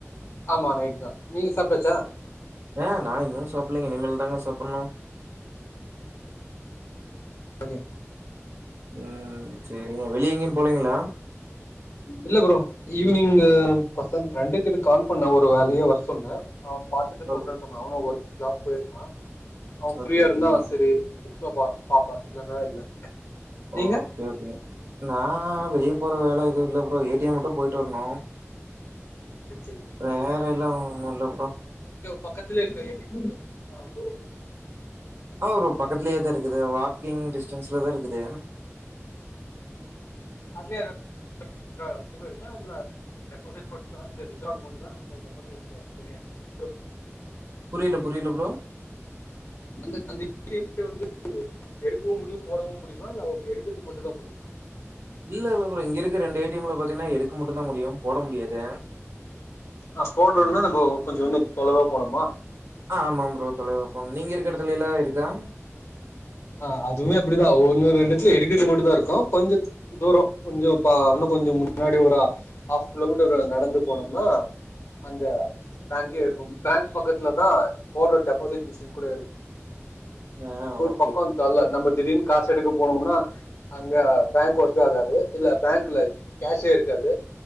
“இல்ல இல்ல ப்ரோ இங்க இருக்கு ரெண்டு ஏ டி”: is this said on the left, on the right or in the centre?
Right